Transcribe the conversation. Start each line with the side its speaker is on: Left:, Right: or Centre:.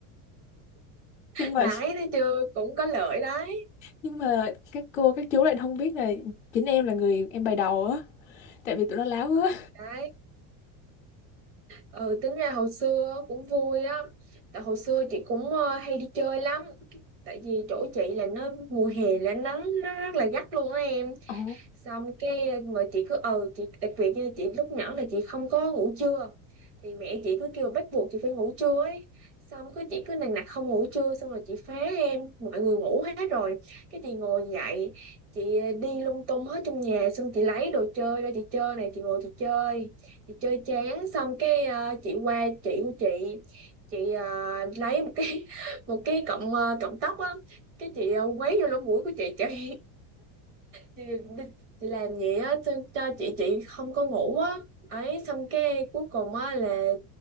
Left: <laughs> nhưng mà
Right: đãi thấy chưa cũng có lợi đấy
Left: nhưng mà các cô các chú lại không biết là chính em là người em bày đầu á tại vì tụi nó láo quá
Right: ừ, đấy ừ, tính ra hồi xưa cũng vui á tại hồi xưa chị cũng ờ, hay đi chơi lắm tại vì chỗ chị là nó mùa hè là nắng nó rất là gắt luôn á em
Left: Ồ.
Right: xong cái mà chị cứ ờ chị đặc biệt nha chị lúc nhỏ là chị không có ngủ trưa thì mẹ chị cứ kêu bắt buộc chị phải ngủ trưa ấy xong cứ chị cứ nằng nặc không ngủ trưa xong rồi chị phá em mọi người ngủ hết rồi cái chị ngồi dậy chị ờ, đi lung tung hết trong nhà xong chị lấy đồ chơi ra chị chơi này chị ngồi chị chơi chị chơi chán xong cái ờ, chị qua chị của chị chị ờ, lấy một cái <laughs> một cái cọng ờ, cọng tóc á cái chị ờ, quấy vô lỗ mũi của chị chị chị, đi- chị làm vậy á cho, cho chị chị không có ngủ á ấy xong cái cuối cùng á là